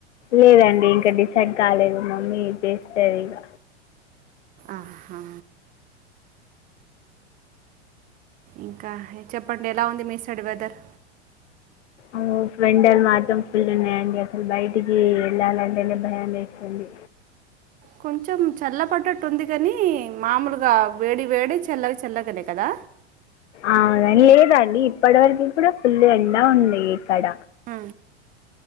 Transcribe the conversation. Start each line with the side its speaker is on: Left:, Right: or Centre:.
Left: లేదండి ఇంకా డిసైడ్ కాలేదు మమ్మీ చేస్తాది ఇక.
Right: ఆహా. ఇంకా చెప్పండి ఎలా ఉంది మీసడ్ వెదర్.
Left: అవును ఎండలు మాత్రం ఫుల్లు ఉన్నాయండి అసలు బయటికి వెళ్ళాలంటేనే భయా వెస్తుంది.
Right: కొంచెం చల్ల పడ్డట్టు ఉంది కానీ మామూలుగా వేడి వేడి చల్లగా చల్లగానే కదా.
Left: అవున లేదాది ఇప్పటి వరకు కూడా ఫుల్ ఎండా ఉంది ఇక్కడ.
Right: ఆ.